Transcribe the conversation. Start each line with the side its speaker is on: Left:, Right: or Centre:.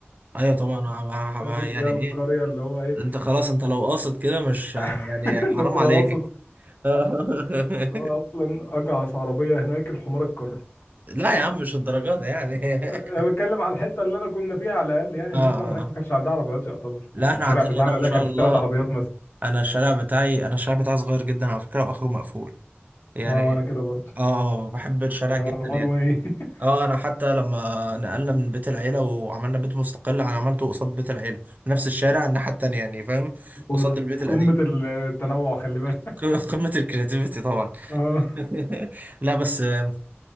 Right: ايوه طبعا مع- مع-
Left: <laughs> نازل
Right: مع- يعني
Left: بيها القرية
Right: ايه
Left: اللي هو ايه
Right: انت خلاص انت لو قاصد كده مش يعني
Left: <laughs>
Right: حرام
Left: ده انت لو
Right: عليك
Left: قاصد
Right: <laughs>
Left: اللي هو اصلا اجعص عربية هناك الحمار الكر
Right: لا يا عم مش الدرجات دي يعني
Left: انا
Right: <laughs>
Left: بتكلم على الحتة اللي انا كنا فيها على الاقل يعني الناس
Right: اه اه
Left: فعلا هناك
Right: آه.
Left: ما كانش عندها عربيات يعتبر
Right: لا
Left: يعني
Right: احنا
Left: الشارع
Right: عندنا
Left: بتاعنا
Right: هنا ما
Left: ده
Right: شاء
Left: كان
Right: الله
Left: فيه ثلاث عربيات مثلا
Right: انا الشارع بتاعي انا الشارع بتاعي صغير جدا على فكرة واخره مقفول يعني
Left: اه انا كده برضه
Right: اه اه بحب الشارع
Left: يعني
Right: جدا
Left: هو
Right: يعني.
Left: وان واي <laughs>
Right: اه انا حتى لما نقلنا من بيت العيله وعملنا بيت مستقل انا عملته قصاد بيت العيله في نفس الشارع الناحيه التانيه يعني فاهم قصاد
Left: هو ده
Right: البيت القديم
Left: قمة التنوع خلي بالك
Right: <laughs> ق- قمه الكرياتيفيتي طبعا
Left: اه
Right: <laughs> لا بس آه،